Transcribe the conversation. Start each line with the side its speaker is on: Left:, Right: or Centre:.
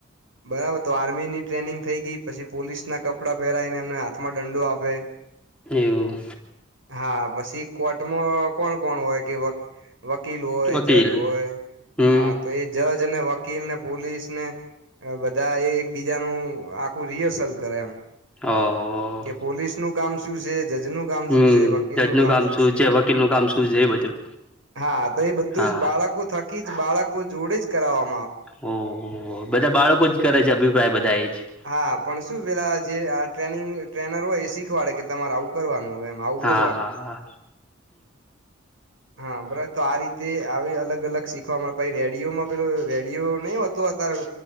Right: બરાબર તો આર્મીની ટ્રેનિંગ થઈ ગઈ પછી પોલીસના કપડાં પહેરાઈને એમને હાથમાં દંડો આપે.
Centre: એવું
Right: હા પછી કોટમાં કોણ કોણ હોય કે વ વકીલ હોય
Centre: વકીલ
Right: જજ હોય
Centre: હમ
Right: હા તો એ જજ ને વકીલ ને પોલીસ ને બધા એ એક બીજાનું આખું <unintelligible> કરે એમ.
Centre: ઓ
Right: કે પોલીસ નું કામ શું છે જજનું કામ
Centre: હમ
Right: શું છે, વકીલનું
Centre: જજનું
Right: કામ શું છે.
Centre: વકીલનું કામ શું છે એ બધું
Right: હા તો એ બધું
Centre: હા
Right: જ બાળકો થકી જ બાળકો જોડે જ કરાવવાનુ.
Centre: ઓહ <unintelligible> બધા બાળકો જ કરે છે, અભિપ્રાય બધા એ જ
Right: હા પણ શું પેલા જે આ ટ્રેનિંગ ટ્રેનર હોય એ શીખવાડે કે તમારે આવું કરવાનું. હોય એમ આવું
Centre: હા-હા-હા.
Right: બોલવાનું હા બરાબર તો આ રીતે આવી અલગ -અલગ શિક <unintelligible> રેડિયોમાં પેલ રેડિયો નહિ હોતું અત્યારે